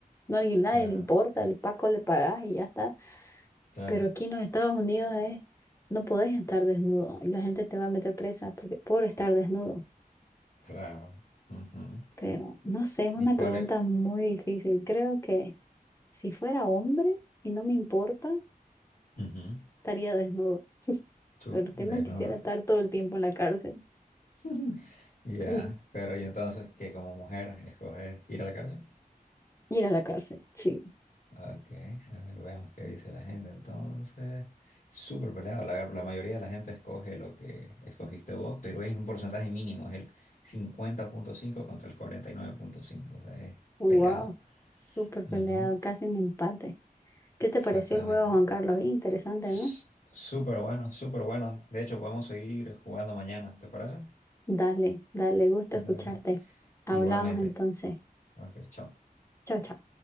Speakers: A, on the left; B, on the left.
A: no a nadie
B: claro,
A: le importa, el Paco le pagas y ya está.
B: claro,
A: Pero aquí en los Estados Unidos es, no podés estar desnudo y la gente te va a meter presa porque, por estar desnudo.
B: claro. ujú.
A: Pero no sé, es una
B: ¿Y cuál
A: pregunta
B: es?
A: muy difícil. Creo que si fuera hombre y no me importa,
B: Ujú,
A: estaría desnudo.
B: chu-
A: Pero que
B: desnudo.
A: no quisiera estar todo el tiempo en la cárcel.
B: <laughs> Ya,
A: <laughs>
B: Pero y entonces que como mujer escoges ir a la cárcel?
A: Ir a la cárcel, sí.
B: Ok, a ver, veamos qué dice la gente entonces. Súper peleado. La, la mayoría de la gente escoge lo que escogiste vos, pero es un porcentaje mínimo, es el cincuenta punto cinco contra el cuarenta y nueve punto cinco, o sea, es
A: Wow,
B: peleado.
A: súper
B: Ujú,
A: peleado, casi un empate. ¿Qué
B: Exactamente.
A: te pareció el juego, Juan Carlos? Interesante,
B: S-
A: ¿no?
B: Súper bueno, súper bueno. De hecho, podemos seguir jugando mañana, ¿te parece?
A: Dale, dale, gusto
B: Dale.
A: escucharte. Hablamos
B: Igualmente.
A: entonces.
B: Ok, chao.
A: Chao, chao.